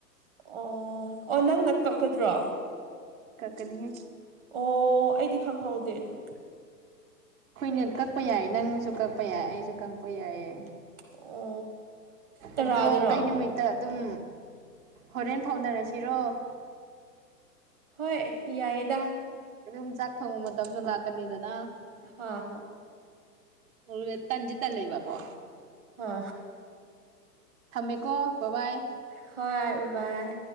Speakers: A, on the right (about 20°); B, on the right (about 55°).
A: ꯑꯣ ꯑꯣ ꯅꯪꯅꯪ ꯀꯛꯀꯗ꯭ꯔꯣ
B: ꯀꯛꯀꯅꯤꯍꯦ
A: ꯑꯣ ꯑꯩꯗꯤ ꯈꯪꯍꯧꯗꯦ ꯑꯗꯨ
B: ꯑꯩꯈꯣꯏꯅ ꯀꯛꯄ ꯌꯥꯏ ꯅꯪꯅꯁꯨ ꯀꯛꯄ ꯌꯥꯏ ꯑꯩꯁꯨ ꯀꯛꯄ ꯌꯥꯏꯌꯦ
A: ꯑꯣ ꯇꯔꯥꯗꯔꯣ
B: ꯑꯗꯣ ꯀꯩ ꯅꯨꯃꯤꯠ ꯇ ꯑꯗꯨꯝ ꯍꯣꯔꯦꯟ ꯐꯥꯎꯅꯔꯁꯤꯔꯣ
A: ꯍꯣꯏ ꯌꯥꯏꯌꯦꯗꯥ
B: ꯑꯗꯨꯝ ꯆꯥꯛ ꯊꯣꯡꯕ ꯃꯇꯝꯁꯨ ꯂꯥꯛꯀꯅꯤꯗꯅꯥ
A: ꯑꯍ ꯍ
B: ꯑꯔꯨꯔꯦꯠ ꯇꯟꯗꯤ ꯇꯜꯂꯦꯕꯀꯣ
A: ꯍ
B: ꯊꯝꯃꯦꯀꯣ ꯕꯕꯥꯏ
A: ꯍꯣꯏ ꯕꯕꯥꯏ